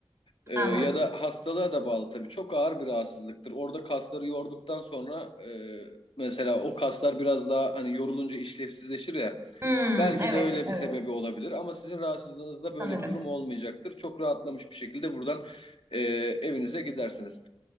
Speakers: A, on the left; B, on the right.
A: Ee,
B: anladım.
A: ya da hastalığa da bağlı tabii. Çok ağır bir rahatsızlıktır. Orada kasları yorduktan sonra e, mesela o kaslar biraz daha hani yorulunca işlevsizleşir ya.
B: Hmm,
A: Belki
B: evet,
A: de öyle
B: evet
A: bir sebebi olabilir ama sizin rahatsızlığınızda böyle
B: sanırım.
A: bir durum olmayacaktır. Çok rahatlamış bir şekilde buradan e, evinize gidersiniz.